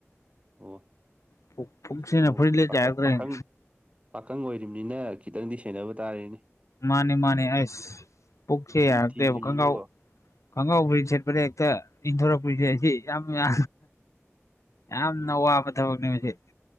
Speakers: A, on the right; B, on the left.
A: ꯑꯣ
B: ꯄꯨꯛ ꯄꯨꯛꯁꯤꯅ
A: ꯑꯃꯨꯛ
B: ꯐꯨꯔꯤꯠ ꯂꯤꯠ
A: ꯄꯥꯈꯠ
B: ꯌꯥꯔꯛꯇ꯭ꯔꯦꯅꯦ
A: ꯄꯥꯈꯪ ꯄꯥꯈꯪ ꯑꯣꯏꯔꯤꯕꯅꯤꯅ ꯈꯤꯇꯪꯗꯤ ꯁꯦꯟꯅꯕ ꯇꯥꯔꯦꯅꯦ
B: ꯃꯥꯅꯤ ꯃꯥꯅꯤ ꯑꯩꯁ ꯄꯨꯛꯁꯦ
A: ꯅꯨꯄꯤ
B: ꯌꯥꯔꯛꯇꯦꯕ
A: ꯊꯤꯗ꯭ꯔꯤꯕꯅꯤꯅꯀꯣ
B: ꯈꯪꯒꯥꯎ ꯈꯪꯒꯥꯎ ꯐꯨꯔꯤꯠ ꯁꯦꯠꯄꯗ ꯍꯦꯛꯇ ꯏꯟꯊꯣꯔꯛꯄꯁꯦ ꯑꯁꯤ ꯌꯥꯝ ꯋꯥ ꯌꯥꯝꯅ ꯋꯥꯕ ꯊꯕꯛꯅꯦ ꯃꯁꯤ